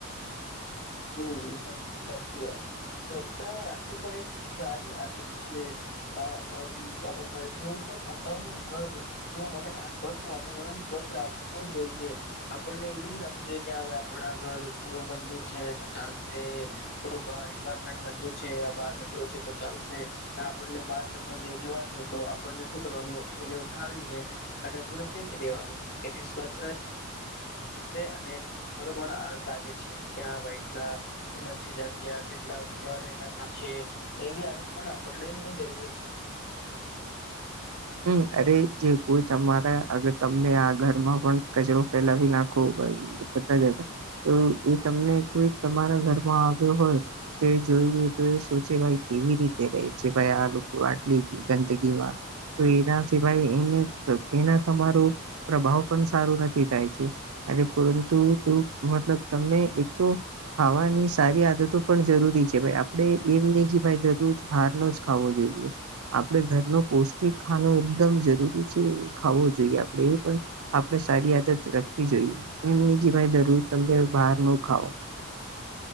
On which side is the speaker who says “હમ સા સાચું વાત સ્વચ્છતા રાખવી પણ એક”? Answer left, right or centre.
Left